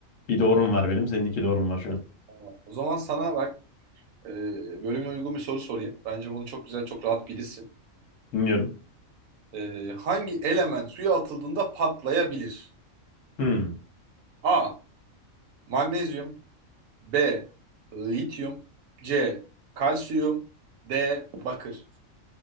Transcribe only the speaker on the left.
Bir doğrum
var benim. Senin iki doğrum var şu an.
Dinliyorum.
Hmm.